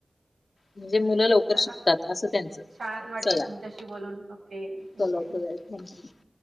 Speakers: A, on the left; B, on the right.
A: म्हणजे मुलं लवकर
B: चला
A: शिकतात. असं त्यांचं
B: छान वाटलं
A: चला
B: तुमच्याशी बोलून ओके थँक
A: चला
B: यू.
A: <unintelligible>